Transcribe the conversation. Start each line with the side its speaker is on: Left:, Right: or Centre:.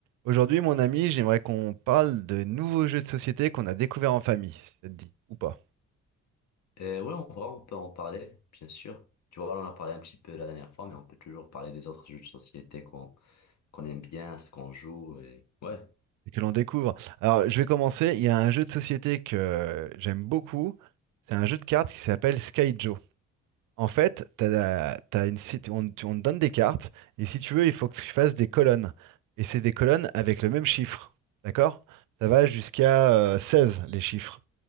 Right: Aujourd'hui, mon ami, j'aimerais qu'on parle de nouveaux jeux de société qu'on a découverts en famille, si ça te dit, ou pas,
Left: Euh, ouais, on va, on peut en parler, bien sûr. Tu vois, on en a parlé un petit peu la dernière fois, mais on peut toujours parler des autres jeux de société qu'on qu'on aime bien, ce qu'on joue et ouais.
Right: et que l'on découvre. Alors, je vais commencer. Il y a un jeu de société que euh, j'aime beaucoup. C'est un jeu de cartes qui s'appelle Sky Joe. En fait, t'as la- t'as une, si- on, tu- on te donne des cartes, et si tu veux, il faut que tu fasses des colonnes. Et c'est des colonnes avec le même chiffre. D'accord? Ça va jusqu'à euh, 16, les chiffres.